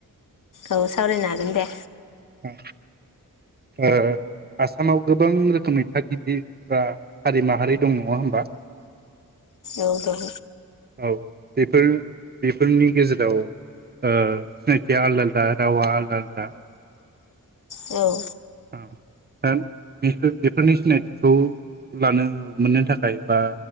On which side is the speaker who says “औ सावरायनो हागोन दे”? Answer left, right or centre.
Left